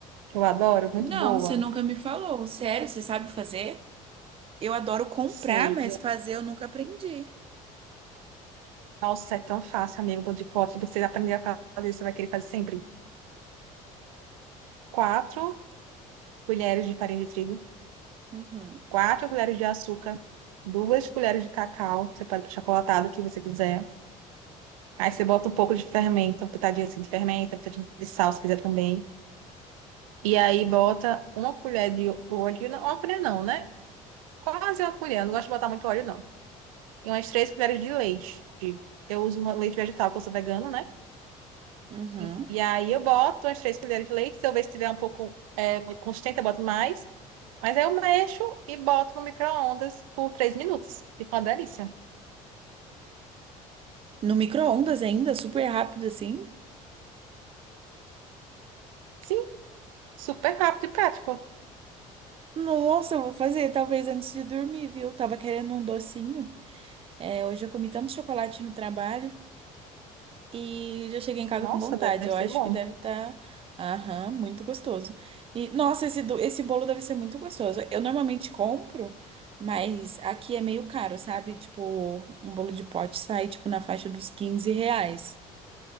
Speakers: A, on the right (about 90°); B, on the right (about 35°).
A: que eu adoro, muito
B: Não,
A: boa.
B: você nunca me falou. Sério, você sabe fazer? Eu adoro comprar,
A: Sei.
B: mas
A: Eu,
B: fazer eu nunca aprendi.
A: nossa, é tão fácil, amigo, bolo de pote. Você aprender a fazer, você vai querer fazer sempre. Quatro colheres de farinha de trigo.
B: Uhum,
A: quatro colheres de açúcar, duas colheres de cacau, você pode pôr chocolatado, o que você quiser. Aí você bota um pouco de fermento, uma pitadinha assim de fermento, uma pitadinha de sal, se quiser também. E aí bota uma colher de óleo, não, uma colher não, né? Quase uma colher, eu não gosto de botar muito óleo, não. E umas três colheres de leite. Eu uso uma leite vegetal, porque eu sou vegano, né?
B: uhum.
A: E, e aí eu boto umas três colheres de leite, se eu ver se tiver um pouco é, muito consistente, eu boto mais. Mas aí eu mexo e boto no micro-ondas por três minutos. Fica uma delícia.
B: No micro-ondas ainda, super rápido assim.
A: Sim, Super rápido e prático.
B: Nossa, eu vou fazer talvez antes de dormir, viu? Tava querendo um docinho. É, hoje eu comi tanto chocolate no trabalho. E já cheguei em casa
A: Nossa,
B: com vontade.
A: deve
B: Eu
A: ser
B: acho
A: bom.
B: que deve estar, aham, muito gostoso. E nossa, esse, do- esse bolo deve ser muito gostoso. Eu normalmente compro, mas aqui é meio caro, sabe? Tipo, um bolo de pote sai tipo na faixa dos 15 reais.